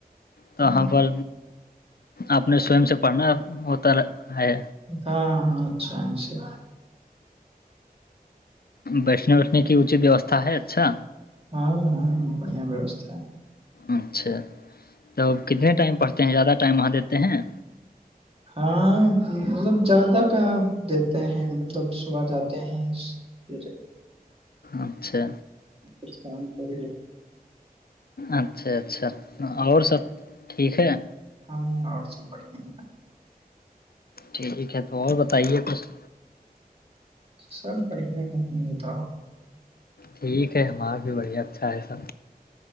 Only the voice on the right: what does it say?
ہاں
ہاں ہاں شام سے
ہاں ہاں بڑیا ویوستا ہے
ہاں مطلب زیادہ کیا دیتے ہیں مطلب صبح جاتے ہیں پھر
اسلام کو بھی-
ہاں اور سب بڑھیا ہیں
سر پڑھے نہیں بتاؤ